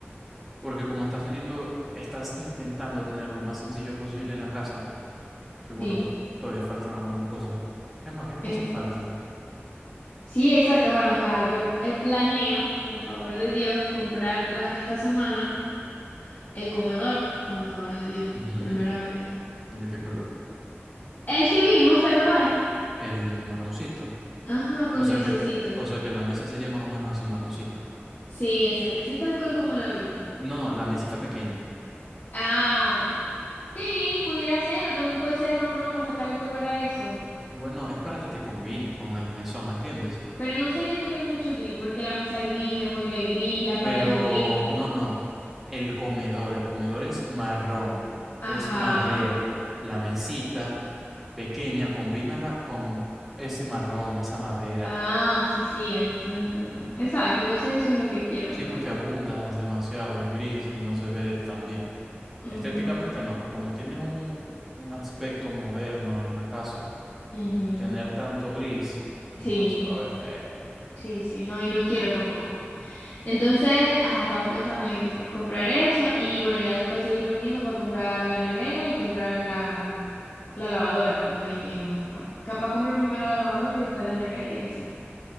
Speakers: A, in the centre; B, on the left.
A: porque como estás teniendo, estás intentando tener lo más sencillo posible en la casa, que bueno,
B: Sí.
A: to- todavía faltan algunas cosas. Es más, ¿qué cosas
B: eh,
A: faltan?
B: sí, exacto. Bueno, o sea, yo eh, planeo, por el favor de Dios, comprar la, esta semana el comedor, con el favor de Dios,
A: Ujú.
B: primeramente.
A: ¿De qué color?
B: El que vimos, ¿te acordáis?
A: El marroncito.
B: Ajá, con
A: O sea
B: grisecito.
A: que, o sea que la mesa sería más o menos así marroncita.
B: Sí, exacto, así tal cual como la vimos.
A: No, no, la mesita pequeña.
B: Ah, sí, pudiera ser, o también puede ser marrón para sacarle color a eso.
A: Bueno, es para que te combine con el mesón, ¿entiendes?
B: Pero no sería tener mucho gris, porque la mesa es gris, el mueble es gris, las
A: Pero
B: paredes gris.
A: no, no. El comedor, el comedor es marrón,
B: Ajá.
A: es madera. La mesita pequeña, combínala con ese marrón, esa madera.
B: Ah, sí, sí, así sí nos entendemos. Exacto, entonces eso es lo que quiero,
A: Sí,
B: ¿me entendéis?
A: porque abundas demasiado en gris y no se ve tan bien.
B: Ujú.
A: Estéticamente no. Y como tienes un, un aspecto moderno en la casa,
B: Ujú,
A: n- tener tanto gris después
B: Sí,
A: se va a ver feo.
B: sí, sí, no, y no quiero tampoco. Entonces, ajá, estaba pensando en eso, comprar eso y bueno, ya después seguir reuniendo para comprar la nevera y comprar la, La lavadora, que o sea, y que nos hace falta. Capaz compre primero la lavadora y después la nevera y así.